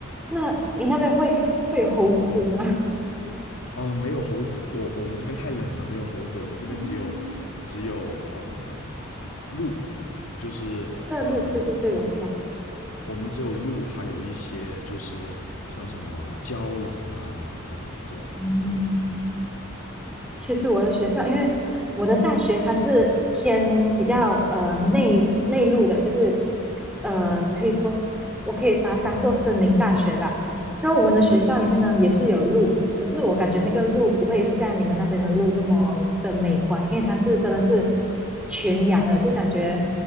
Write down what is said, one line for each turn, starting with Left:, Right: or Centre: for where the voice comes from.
Centre: 那你那边会会有猴子吗？
Left: 啊、没有猴子，我我们这边太冷了，没有猴子，我们这边只有只有啊、
Centre: 嗯，
Left: 鹿，就是啊、
Centre: 那个路，对对对，我知道。
Left: 我们只有鹿，还有一些就是像什么郊狼啊这种这种，
Centre: 嗯，其实我的学校，因为我的大学它是偏比较呃内内陆的，就是呃可以说我可以把它当做森林大学吧。然后我们的学校里面呢也是有路，
Left: 嗯，
Centre: 可是我感觉那个路不会像你们那边的路这么的美观，因为它是真的是群羊的，就感觉